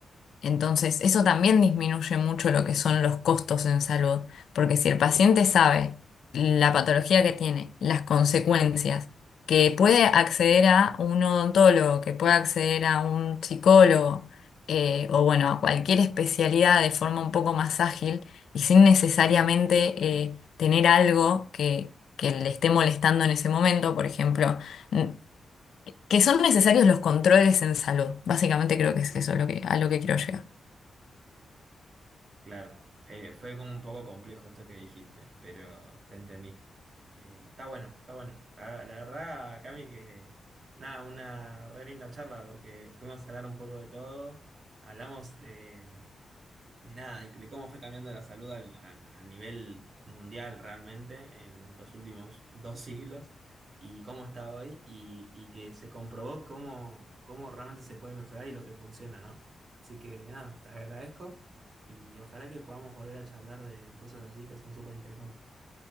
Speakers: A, on the left (about 80°); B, on the right (about 55°).
A: Entonces, eso también disminuye mucho lo que son los costos en salud, porque si el paciente sabe la patología que tiene, las consecuencias, que puede acceder a un odontólogo, que puede acceder a un psicólogo, eh, o bueno, a cualquier especialidad de forma un poco más ágil y sin necesariamente eh, tener algo que, que le esté molestando en ese momento, por ejemplo, n- que son necesarios los controles en salud. Básicamente creo que es eso lo que, a lo que quiero llegar.
B: Claro, eh, fue como un poco complejo esto que dijiste, pero te entendí. Eh, está bueno, está bueno. La, la verdad, Cami, que nada, una re linda charla porque pudimos hablar un poco de todo. Hablamos, eh, de nada, de, de cómo fue cambiando la salud al- a, a nivel mundial realmente en los últimos <laughs> dos siglos y cómo está hoy y, y que se comprobó cómo, cómo realmente se puede mejorar y lo que funciona, ¿no? Así que nada, te agradezco y ojalá que podamos volver a charlar de cosas así que son súper interesantes.